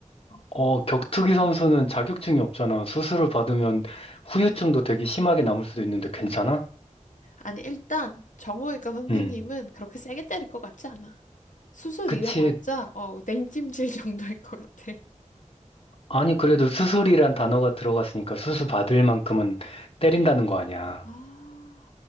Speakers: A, on the left; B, on the left.
A: 어, 격투기 선수는 자격증이 없잖아. 수술을 받으면 후유증도 되게 심하게 남을 수도 있는데 괜찮아?
B: 아니, 일단 정외과 선생님은
A: 응.
B: 그렇게 세게 때릴 것 같지 않아. 수술
A: 그치.
B: 이래봤자 어, 냉찜질 <laughs> 정도일 것 같아.
A: 아니, 그래도 수술이란 단어가 들어갔으니까 수술 받을 만큼은 때린다는 거 아니야.
B: 아,